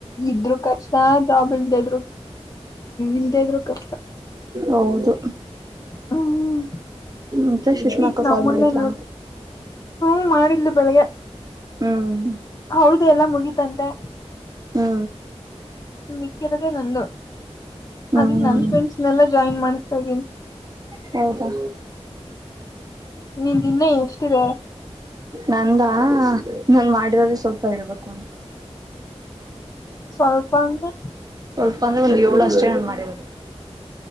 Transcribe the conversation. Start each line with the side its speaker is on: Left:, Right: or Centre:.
Left: ಇದ್ರು ಕಷ್ಟ ಜಾಬ್ ಇಲ್ದ ಇದ್ರು ಇಲ್ದ ಇದ್ರು ಕಷ್ಟ
Right: ಹೌದು
Left: ಹ್ಮ
Right: ಮತ್ತೆ ಸುಷ್ಮಾ
Left: ಈಗ
Right: ಅಕ್ಕ
Left: ನಮ್ಮನ್ನೆ
Right: ಕಾಲ್ ಮಾಡಿದ್ರಾ
Left: ನೋಡಿ ಹ್ಮ ಮಾಡಿದಲು ಬೆಳಿಗ್
Right: ಹ್ಮ್
Left: ಹೌದು ಎಲ್ಲ ಮುಗೀಿತಂತೆ
Right: ಹ್ಮ
Left: ಮಕ್ಕರದೇ ನಂದು
Right: ಹ್ಮ್
Left: ಅಕ್ಕೆ ನನ್ನ ಫ್ರೆಂಡ್ಸ್ನೆಲ್ಲ ಜಾಯಿನ್ ಮಾಡಿಸ್ತಾ ಇದ್ದೀನಿ
Right: ಹೌದಾ
Left: ನಿಂದ ಇನ್ನ ಎಷ್ಟಿದೆ
Right: ನಂದಾ ನನ್ ಮಾಡ ೆ ಸ್ವಲ್ಪ ಹೇಳ್ಬೇಕು ಉಟ
Left: ಸ್ವಲ್ಪ ಅಂದ್ರ
Right: ಒಂದೊಂದ ಏಳುಷ್ಟೇನ್ ಮಾಡಿ <inaudible>